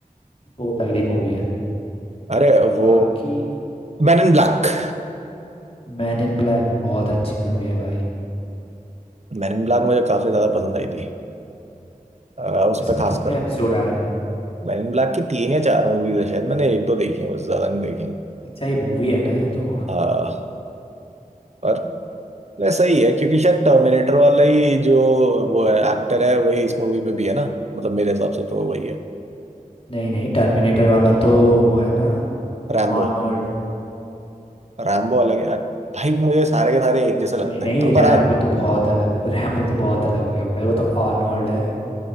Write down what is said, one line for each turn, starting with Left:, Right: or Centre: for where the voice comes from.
Left: बहुत तगड़ी मूवी है
Right: अरे वो
Left: बाकी
Right: Man in Black
Left: मैन इन ब्लैक भी बहुत अच्छी मूवी है भाई
Right: Man in Black मुझे काफी ज्यादा पसंद आई थी अ, उस
Left: इसमें
Right: पर खासकर
Left: कितने एपिसोड आए हैं
Right: मैन इन ब्लैक की तीन या चार मूवीज है शायद मैंने एक दो देखी है बस ज्यादा नहीं देखी है
Left: अच्छा ये मूवी है ना ये तो
Right: हाँ और वैसे सही है क्योंकि शायद टर्मिनेटर वाला ही जो वो है एक्टर है वही इस मूवी में भी है ना मतलब मेरे हिसाब से तो वही है
Left: नहीं नहीं टर्मिनेटर वाला तो वो है ना
Right: रैम्बो
Left: आर्नोल्ड
Right: रैम्बो अलग है भाई मुझे सारे के सारे एक जैसे लगते
Left: नहीं नहीं
Right: हैं तो पर
Left: रैम्बो
Right: आ-
Left: तो बहुत अलग <laughs> रैम्बो तो बहुत अलग हो गया भाई वो तो आर्नोल्ड है